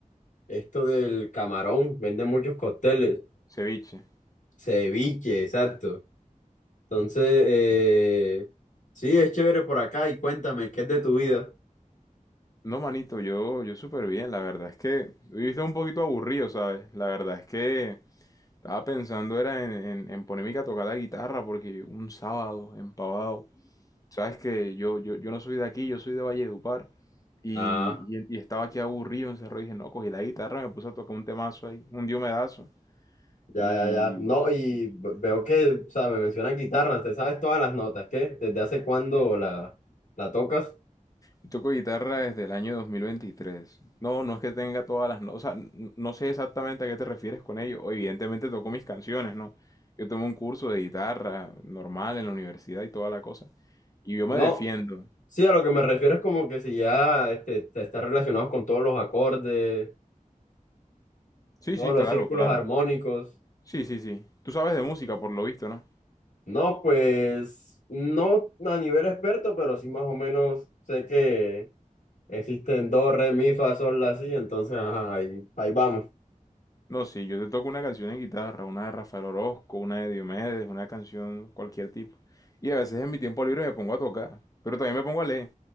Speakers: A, on the left; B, on the left.
A: esto del camarón, venden muchos cócteles,
B: ceviche.
A: ceviche, exacto. Entonces, eh, sí, es chévere por acá y cuéntame, ¿qué es de tu vida?
B: No, manito, yo, yo súper bien, la verdad es que viviste un poquito aburrido, ¿sabes? La verdad es que estaba pensando era en, en, en ponerme a tocar la guitarra porque un sábado, empavado, Sabes que yo, yo, yo no soy de aquí, yo soy de Valledupar y,
A: Ah.
B: y, y estaba aquí aburrido, encerrado y dije, no, cogí la guitarra, me puse a tocar un temazo ahí, un diomedazo. Y,
A: Ya, ya, ya. No, y v- veo que, o sea, me mencionas guitarra, te sabes todas las notas, ¿qué? ¿Desde hace cuándo la, la tocas?
B: y toco guitarra desde el año 2023. No, no es que tenga todas las notas, o sea, n- no sé exactamente a qué te refieres con ello. o Evidentemente toco mis canciones, ¿no? Yo tomé un curso de guitarra normal en la universidad y toda la cosa. Y yo me
A: No,
B: defiendo.
A: sí, a lo que me refiero es como que si ya este, te estás relacionado con todos los acordes,
B: Sí,
A: todos
B: sí,
A: los
B: claro,
A: círculos
B: claro.
A: armónicos.
B: Sí, sí, sí. Tú sabes de música, por lo visto, ¿no?
A: No, pues, no a nivel experto, pero sí más o menos sé que existen do, re, mi, fa, sol, la, si, entonces, ajá, ahí, ahí vamos.
B: No, sí, yo te toco una canción en guitarra, una de Rafael Orozco, una de Diomedes, una canción cualquier tipo. Y a veces en mi tiempo libre me pongo a tocar, pero también me pongo a leer.